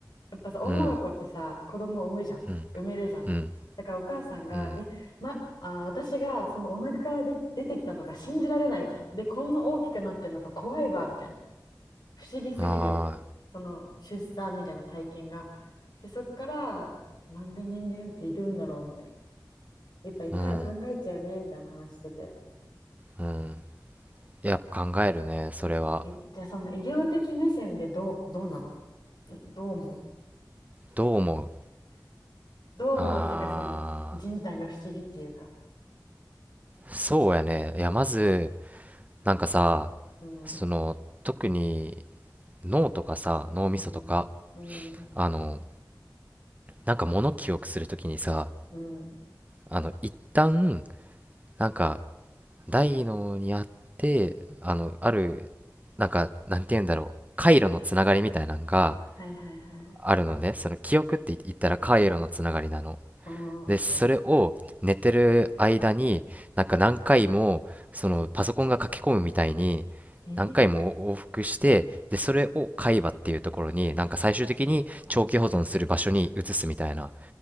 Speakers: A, on the left (about 70°); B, on the right (about 20°).
A: やっぱさ、女の子ってさ、
B: うん、
A: 子供を産むじゃん。
B: うん、
A: 産めるじゃん。
B: うん、
A: だからお母さんが、
B: うん。
A: え、ま、あー、私がそのお腹からで出てきたのが信じられないみたいな。で、こんな大きくなってるのが怖いわ、みたいな。不思議すぎる。
B: あ
A: その出産みたいな体験が。で、そっから、なんで人間っているんだろう、みたいな。やっぱ一回は考えちゃうよね、
B: あ、うん、
A: みたいな話してて。
B: うん。やっぱ考えるね、それは。
A: え、じゃあその医療的目線でどう、どうなのんどう思う
B: どう思う
A: どう思うっていうか、
B: ああ、
A: その人体の不思議っていうか。
B: そうやね。いや、まず、なんかさ、
A: うん。
B: その、特に脳とかさ、脳みそとか、
A: うん、うん、
B: あの、なんか物記憶するときにさ、
A: うん。
B: あの、一旦、なんか大脳にあってあのあるなんかなんて言うんだろう回路のつながりみたいなのが
A: はいはいはい。
B: あるのでその記憶って言ったら回路のつながりなの
A: うん、
B: でそれを寝てる間になんか何回もそのパソコンが書き込むみたいに
A: オッケー。えー、
B: 何回も往復してでそれを海馬っていうところになんか最終的に長期保存する場所に移すみたいな